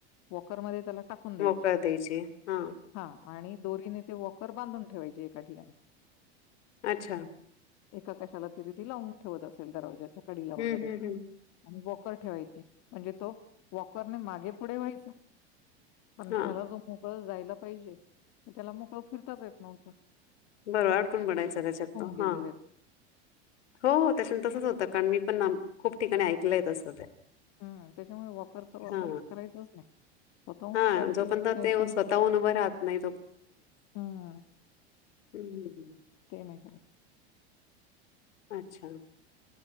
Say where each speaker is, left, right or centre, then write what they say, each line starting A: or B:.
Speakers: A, on the left; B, on the left.
A: वॉकरमध्ये त्याला टाकून द्यायची.
B: मका देयची हा
A: हां आणि दोरीने ते वॉकर बांधून ठेवायचे एका ठिकाणी.
B: अच्छा.
A: एका कशाला तरी ती लावून ठेवत असेल दरवाजाच्या कडीला वगैरे
B: हम्म हम्म हम्म
A: आणि वॉकर ठेवायचे म्हणजे तो वॉकरने मागे पुढे व्हायचा पण
B: हा
A: त्याला जो मो मोकळ जायला पाहिजे ते त्याला मोकळं फिरताच येत नव्हत.
B: बर आडकुन पडायचा. शकतो.
A: गेलेले
B: हां
A: आहेत.
B: हो तस न तसच होत कारण मी पण खूप ठिकाणी ऐकलंय तसं ते
A: हम्म त्याच्यामुळे वॉकरचा वापर
B: हा
A: करायचाच नाही स्वतःहून
B: हा
A: चालतील
B: जोपर्यंत
A: खेळतील
B: ते स्वतःहून उभं राहत नाही
A: हम्म.
B: हम्म हम्म
A: ते नाही करायचं.
B: अच्छा